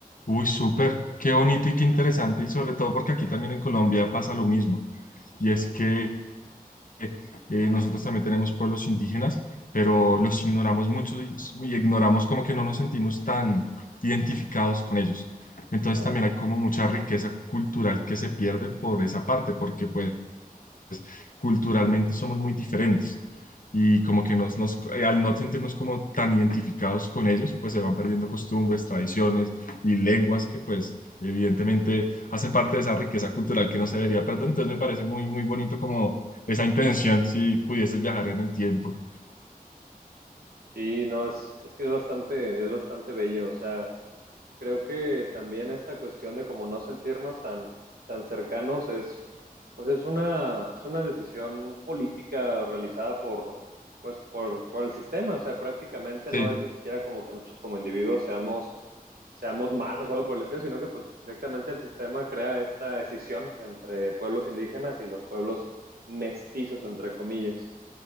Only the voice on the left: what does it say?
uy, súper. Qué bonito y qué interesante. Y sobre todo porque aquí también en Colombia pasa lo mismo. Y es que eh, nosotros también tenemos pueblos indígenas, pero
los ignoramos mucho y, y ignoramos como que no nos sentimos tan identificados con ellos. Entonces
también hay como mucha riqueza cultural que se pierde por esa parte, porque pues pues, culturalmente somos muy diferentes y como que nos, nos, eh, al no sentirnos como tan identificados con ellos, pues se van perdiendo costumbres, tradiciones y lenguas que pues evidentemente hacen parte de esa riqueza cultural que no se debería perder. Entonces me parece muy, muy bonito como esa intención, si pudieses viajar en el tiempo.
Sí,